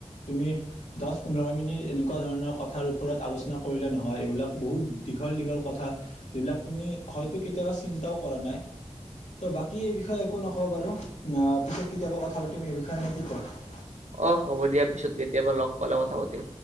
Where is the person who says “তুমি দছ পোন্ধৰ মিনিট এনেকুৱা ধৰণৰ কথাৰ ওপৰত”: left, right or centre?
Left